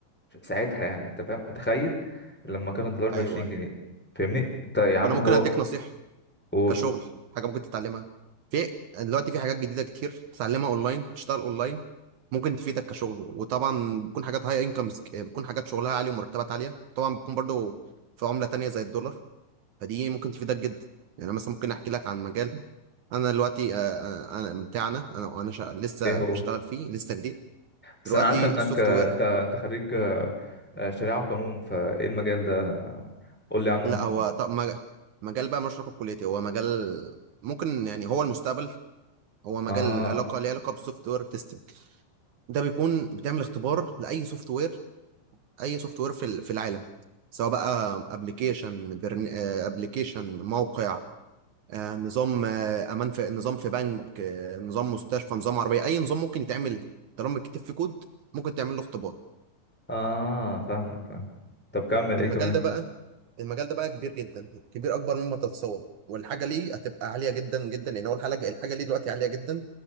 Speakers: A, in the centre; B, on the right.
A: ساعتها يعني انت فاهم متخيل لما كان الدولار بعشرين
B: ايوه ايوه
A: جنيه فاهمني انت يا عم
B: وانا ممكن
A: آه. هو
B: اديك نصيحه
A: قول
B: كشغل حاجه ممكن تتعلمها في دلوقتي في حاجات جديده كتير تتعلمها اونلاين تشتغل اونلاين ممكن تفيدك كشغل وطبعا بتكون حاجات هاي انكمز بتكون حاجات شغلها عالي ومرتبات عاليه طبعا بتكون برضو في عمله تانية زي الدولار فدي ممكن تفيدك جدا يعني أنا مثلا ممكن احكي لك عن مجال انا دلوقتي آه، آه، انا بتاعنا انا انا شا... لسه
A: ايه هو
B: بشتغل فيه لسه جديد
A: بس
B: دلوقتي
A: انا عارف انك
B: سوفت
A: آه،
B: وير
A: انت انت خريج آه، آه، شريعة وقانون فايه المجال ده آه، قول لي عنه
B: لا
A: اكتر
B: هو
A: يعني.
B: طب مج- مجال بقى مش علاقه بكليتي هو مجال ممكن يعني هو المستقبل هو مجال
A: اه
B: علاقه ليه علاقه بالسوفت وير تيستنج ده بيكون بتعمل اختبار لاي سوفت وير اي سوفت وير في ال- في العالم سواء بقى ابلكيشن برن... ابلكيشن موقع آه، نظام آه، امان في نظام في بنك آه، نظام مستشفى نظام عربيه اي نظام ممكن يتعمل طالما بيتكتب فيه كود ممكن تعمل له اختبار
A: اه فاهمك فاهم طب كمل ايه
B: المجال
A: كمان
B: ده بقى المجال ده بقى كبير جدا كبير اكبر مما تتصور والحاجه ليه هتبقى عاليه جدا جدا لان هو الحاجه الحاجه ليه دلوقتي عاليه جدا